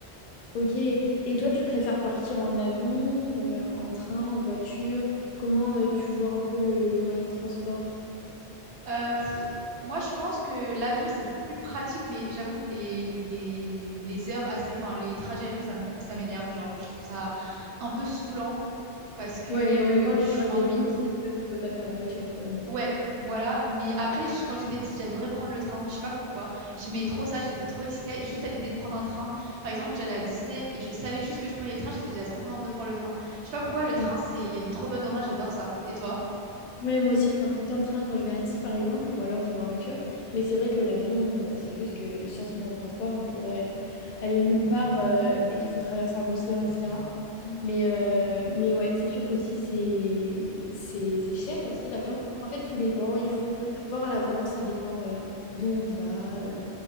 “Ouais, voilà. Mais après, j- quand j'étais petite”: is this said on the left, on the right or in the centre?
Right